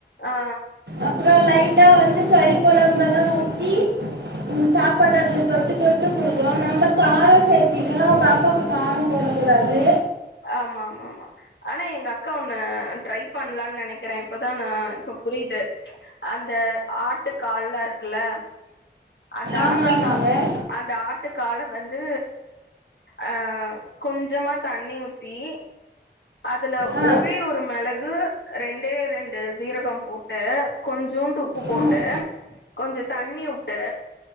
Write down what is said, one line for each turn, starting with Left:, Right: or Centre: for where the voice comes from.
Left: ஆ
Right: அப்றோ லைட்டா வந்து கறி கொழம்பல்ல ஊத்தி ம் சாப்பாடு அதுல தொட்டுக் தொட்டு குடுக்குறோ நம்ம காரோ சேத்திடலா பாப்பாக்கு காரோ போட கூடாது
Left: ஆமாமாமா ஆனா எங்க அக்கா ஒன்னு ட்ரை பண்ணலான் நெனைக்கிறே இப்பதா நா இப்ப புரியிது அந்த ஆட்டு கால்லா இருக்குல்ல அந்த
Right: ஆமா
Left: ஆட்டு
Right: ஆமாங்க
Left: கா அந்த ஆட்டு கால வந்து ஆ கொஞ்சமா தண்ணி ஊத்தி அதுல
Right: ஆ
Left: ஒரே ஒரு மிள கு ரெண்டே ரெண்டு சீரகம் போட்டு கொஞ்சூண்டு உப்பு போட்டு
Right: ம்
Left: கொஞ்ச தண்ணி உட்டு